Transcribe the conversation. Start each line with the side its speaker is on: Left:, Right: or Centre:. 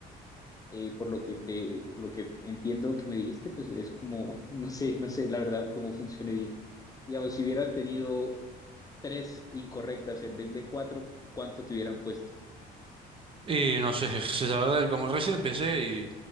Left: eh, por lo que te, por lo que entiendo que me dijiste, pues es como, <laughs> no sé, no sé la verdad cómo funciona bien. Digamos, si hubieras tenido tres incorrectas en vez de cuatro, ¿cuánto te hubieran puesto?
Right: Y no sé, <laughs> la verdad, como recién empecé y